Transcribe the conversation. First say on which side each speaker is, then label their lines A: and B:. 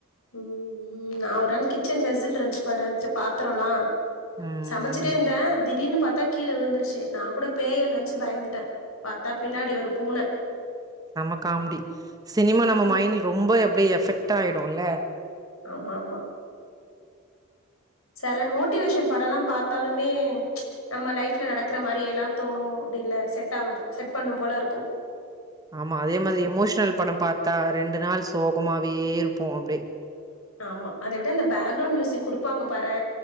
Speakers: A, on the left; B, on the right.
A: ம் நா ஒரு நாள் கிச்சன் வெஸில் இருந்துச்சு பாரு பாத்தரோலா
B: ம்
A: சமச்சிட்டே
B: ம்.
A: இருந்தே திடீர்னு பாத்தா கீழே விழுந்துருச்சு நா கூட பேய்யே நெனச்சு பயந்துட்டே பாத்தா பின்னாடி ஒரு பூனை
B: செம காமெடி சினிமா
A: ம்.
B: நம்ம மைண்ட் ரொம்ப எப்டியோ எஃபெக்ட் ஆயிடும்ல
A: ஆமா ஆமா செல மோட்டிவேஷன் படம்லா பாத்தாலுமே நம்ம லைஃப்ல நடக்கற மாரியேலா தோணு அப்டி இல்ல செட் ஆகப் செட் பண்ணு போல இருக்கும்
B: ஆமா அதே மாரி எமோஷனல் படம் பார்த்தா ரெண்டு நாள் சோகமாவே இருப்போ அப்டி
A: ஆமா அத விட அந்த பேக் கிரவுண்ட் மியூசிக் குடுப்பாங்கபாறே